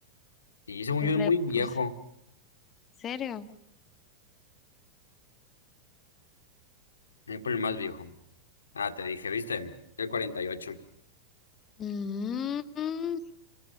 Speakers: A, on the left; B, on the left.
A: Sí, según
B: Entonces
A: yo es
B: le
A: muy viejo.
B: puse, ¿en serio?
A: Voy por el más viejo. Ah, te dije, ¿viste? El cuarenta y ocho
B: Mm,